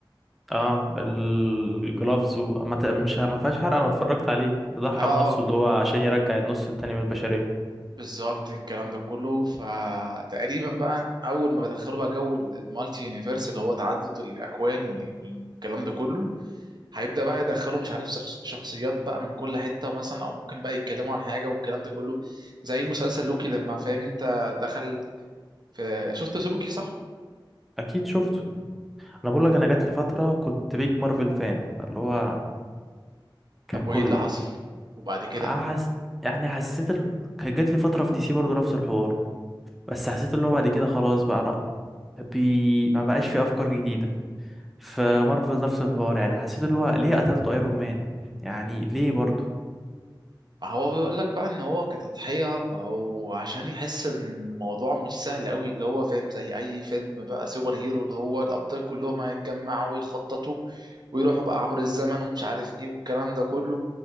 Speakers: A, in the centre; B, on the right.
A: اه الجلافز وما ت- مش ه- ما فيهاش حرق انا اتفرجت عليه ده ضحى
B: اه آه،
A: بنفسه اللي هو عشان يرجع النص التاني من البشرية
B: بالظبط الكلام ده كله فتقريبا بقى اول ما بدخلوا بقى جو المالتي يونيفرس اللي هو تعدد الاكوان وال- والكلام ده كله هيبدأ بقى يدخلوا مش عارف شخص- شخصيات بقى من كل حتة مثلا أو ممكن بقى يتكلموا عن حاجة والكلام ده كله زي مسلسل لوكي لما فاهم أنت دخل في شفت لوكي صح؟
A: اكيد شفته انا بقول لك انا جات لي فتره كنت بيج مارفل فان اللي هو كان
B: طب
A: كله
B: وإيه اللي حصل؟ وبعد كده
A: أحس... يعني حسيت ال... كان جات لي فترة في دي سي برضو نفس الحوار بس حسيت اللي هو بعد كده خلاص بقى رأ... بي... ما بقاش في أفكار جديدة فمارفل نفس الحوار يعني حسيت اللي هو ليه قتلته ايرون مان يعني ليه برضو
B: هو بيقول لك بقى ان هو كتضحية ما هو عشان يحس ان الموضوع مش سهل قوي اللي هو فاهم زي اي فيلم بقى سوبر هيرو اللي هو الابطال كلهم هيتجمعوا ويخططوا ويروحوا بقى عبر الزمن ومش عارف ايه والكلام ده كله